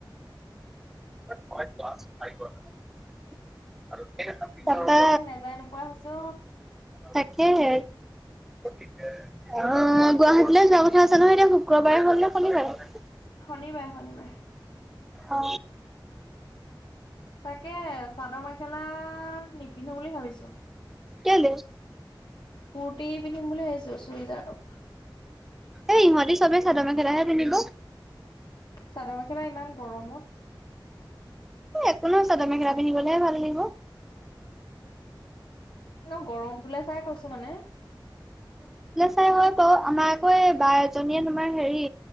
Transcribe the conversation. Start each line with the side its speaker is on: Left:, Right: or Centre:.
Centre: ফাইভ প্লাছ ফাইভ উয়ান <unintelligible> তাপা
Left: দিন বিলাক নেযায় নোপোৱা হৈছো
Centre: তাকেহে। অ গুৱাহাটীলৈ যোৱা কথা আছে নহয় এতিয়া শুক্ৰবাৰে হল ন শনিবাৰে।
Left: শনিবাৰে শনিবাৰে।
Centre: অ।
Left: তাকে চাদৰ মেখেলা নিপিন্ধো বুলি ভাবিছো!
Centre: কেলে?
Left: কূুৰ্তি পিন্ধিম বুলি ভাবিছো চুই <unintelligible>
Centre: এই ইহঁতি চবেই চাদৰ মেখেলাহে পিন্ধিব।
Left: চাদৰ মেখেলা ইমান গৰমত।
Centre: একো নো চাদৰ মেখেলা পিন্ধি গলেহে ভাল লাগিব।
Left: ন ন গৰমটোলে চাই কৈছো মানে।
Centre: সেই হয় বাৰু আমাৰ আকৌ এই বা এজনীয়ে তোমাৰ হেৰি